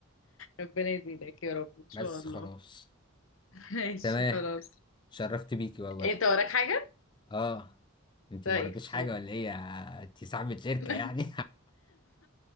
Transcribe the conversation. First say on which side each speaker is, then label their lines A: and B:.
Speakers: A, on the left; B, on the left.
A: ربنا يزيدك يا رب ان شاء
B: بس
A: الله
B: خلاص
A: <laughs> ماشي
B: تمام
A: خلاص
B: شرفت بيكي والله
A: انت وراك حاجة؟
B: أه أنت
A: طيب
B: ما وراكيش
A: خلاص
B: حاجة ولا إيه يا- أنت صاحبة شركة
A: <laughs>
B: يعني